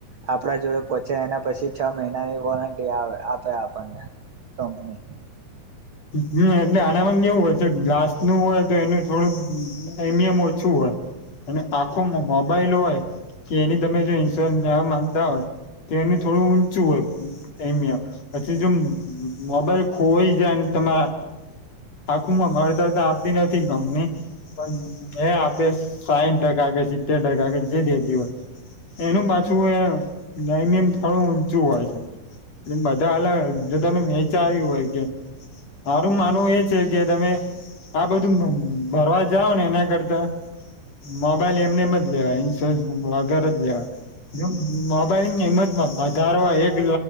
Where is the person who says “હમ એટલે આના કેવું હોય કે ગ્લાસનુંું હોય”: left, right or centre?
Left